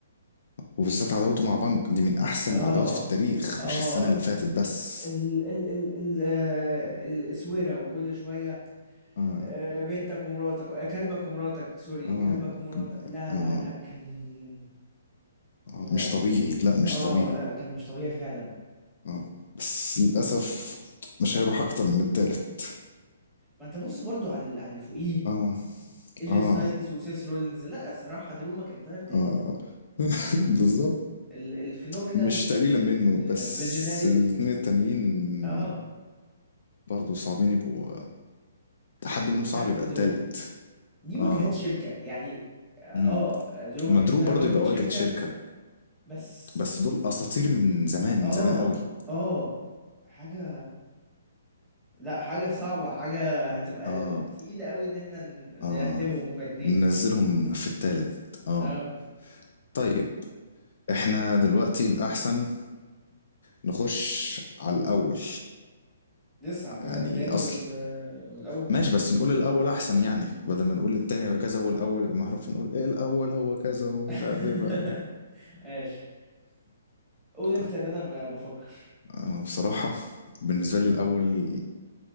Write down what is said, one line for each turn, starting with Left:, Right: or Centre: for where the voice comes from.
Left: وبالذات عداوته مع بنك دي من احسن
Centre: اه
Left: العداوات في
Centre: اه
Left: التاريخ مش السنه اللي
Centre: آه،
Left: فاتت بس
Centre: ال ال ال ال آه، الاسوره وكل شويه
Left: اه
Centre: آه، بنتك ومراتك آه، كلبك ومراتك سوري
Left: اه
Centre: كلبك ومراتك لا
Left: اه,
Centre: لا لا كان
Left: آه.
Centre: يا لهوي
Left: مش طبيعي لا مش
Centre: اه
Left: طبيعي
Centre: لا كان مش طبيعي فعلا
Left: اه بس للاسف مش هيروح اكتر من التالت
Centre: ما انت بص برضو على على اللي فوقيه
Left: اه
Centre: ايجي
Left: اه
Centre: ستايلز وسيس رولينز لا الصراحه درو ماكنتاير تالت
Left: اه <laughs> بالظبط
Centre: ال- الفينومينال
Left: مش تقليلا
Centre: والفيجنري
Left: منه بس الاتنين
Centre: و...
Left: التانيين
Centre: اه
Left: برضه صعبين يبقوا حد منهم
Centre: وتحت
Left: صعب يبقى
Centre: درو
Left: التالت
Centre: دي واجهات
Left: اه
Centre: شركه يعني اه
Left: امم
Centre: آه، درو ماكنتاير
Left: مدرو برضه
Centre: واجهه
Left: يبقى
Centre: شركه
Left: واجهة شركة
Centre: بس
Left: بس دول اساطير من زمان
Centre: اه
Left: من زمان قوي
Centre: اه حاجه لا حاجه صعبه حاجه هتبقى
Left: اه
Centre: تقيله قوي ان احنا ن-
Left: اه
Centre: نرتبهم هما اتنين
Left: ننزلهم في التالت اه
Centre: اه
Left: طيب احنا دلوقتي الاحسن نخش على الاول
Centre: لسه عندنا
Left: يعني
Centre: التاني
Left: اصل
Centre: وال... والاول
Left: ماشي بس نقول الاول احسن يعني بدل ما نقول التاني يبقى كذا والاول يبقى محروف نقول ايه الاول هو كذا ومش
Centre: <laughs>
Left: عارف ايه بقى
Centre: ماشي قول انت
Left: طيب
Centre: ان انا ما بفكر
Left: انا بصراحة بالنسبة لي الاول